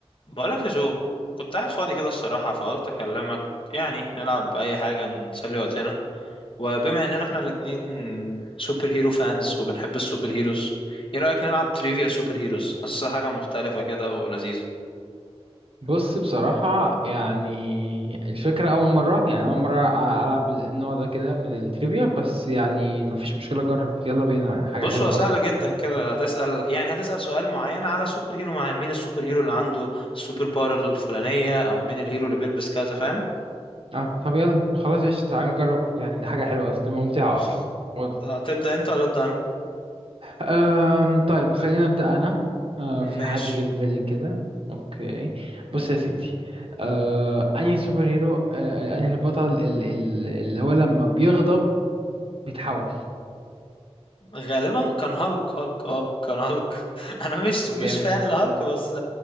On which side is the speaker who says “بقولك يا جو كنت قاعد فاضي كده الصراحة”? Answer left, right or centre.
Left